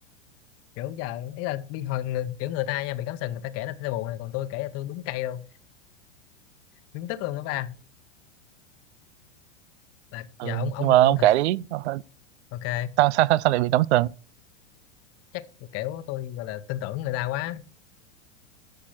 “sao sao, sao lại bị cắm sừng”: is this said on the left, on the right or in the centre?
Right